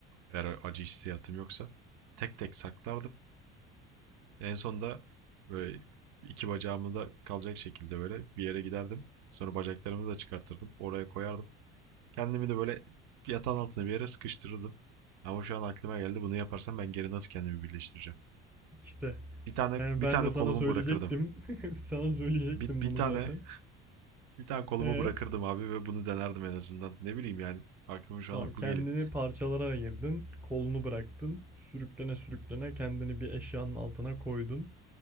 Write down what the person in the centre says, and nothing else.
İşte.
Yani
ben
de sana
söyleyecektim.
<laughs> Sana söyleyecektim
bunu
zaten.
Ee.
tamam
kendini
parçalara ayırdın. Kolunu bıraktın. Sürüklene sürüklene kendini bir eşyanın altına koydun.